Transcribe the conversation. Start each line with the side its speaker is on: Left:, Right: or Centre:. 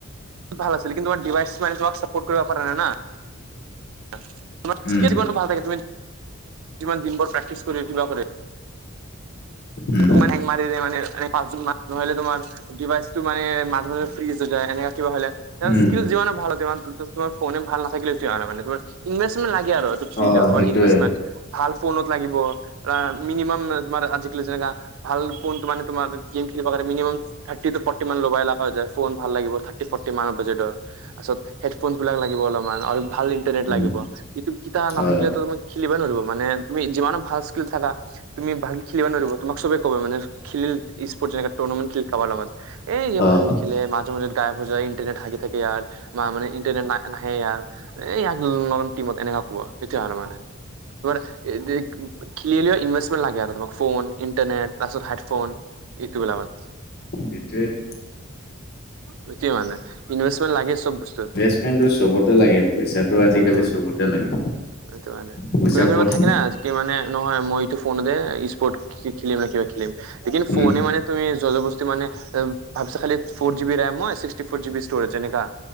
Right: ভাল আছিল কিন্তু আৰ ডিভাইচ। মানে তোমা চপৰ্ট কৰিব পাৰা নাই না। <inaudible>
Left: উম,
Right: কিমান দিন বৰ প্ৰে্টিছ কৰি কিবা কৰে।
Left: উম,
Right: মান মাৰৰে ম পাঁচজন মান নহলে তোমাৰ ডিই। মানে মাজ মাজে ফ্ৰী যায়। এনেকা কিবা হলে
Left: উম,
Right: স্কিল যিমানে ভাল হয়। তোমাৰোনে ভাল নাথাকিলে হয় ন মানোৰ ইনভেম লাগোৰভে।
Left: অ' সেইটোৱে
Right: ভাল ফোনত লাগিব মিনিমাম তোমাৰ আজিকালি যেনেকা। ভাল ফোনটো মানে তোমাৰ গেম খেলিব কাৰে মিনিমাম। থাৰ্ট ফটি মান লগাইা যায় ফোন ভাল লাগিব থাৰ্ ফটিানৰ বাজেটৰ। তাৰিছত হেডফোন বিলাক লাগিব অলপমান আৰু ভাল ইন্টাৰনেট
Left: উম,
Right: লাগিব ই কেইতা
Left: হয়।
Right: নাথাকিলে তুমি। খেলিব নোৱাৰিব মানে তুমি যিমানো ভাল স্কিল থাকা তুমি ভাল।। খেলিব নোৱাৰব তুমাক চবেই কবমানে খিল স্পৰ্ জেগা খেল খাব ভাল। এই যে
Left: অ',
Right: ভাল লিখিলে মাজে মাজে গাইফ হৈ যায়। ইটাৰনেট হাকি থাকে ই বা মে ইণ্টাৰনেট নাই নাহে আৰ। এই ইয়াক নলত নিব এতিয়া হ'ল মানে। তোমাৰ খিললে ইনভেষ্টমেণ্ট লাগে আৰু তোমাক। ফোন ইণ্টাৰনেট তাৰপাছত হেডফোন এইটোব লভ হয়।
Left: সেইটোৱেইটো।
Right: সেইটোৱে মানে ইনভেষ্টমেণ্ট লাগে চব বস্তুটো।
Left: সেইটো চবতে লাগে। পইচাটো আজিকালি
Right: অ
Left: চবতে লাগে।
Right: সেইটো মানে
Left: পইচা
Right: কোনোবা কোনোবাত
Left: ক'ত
Right: থাকিলা কি মানে। নহয় মইতো ফোনে দে স্পৰ্ট খেলিম ন কিবা খেলিম কিন্তু
Left: উম
Right: ফোনে মানে। তুমি যজ বস্তি মানে ভাবিছা খাল four GB RAM sixty four GB B storage এনেকা।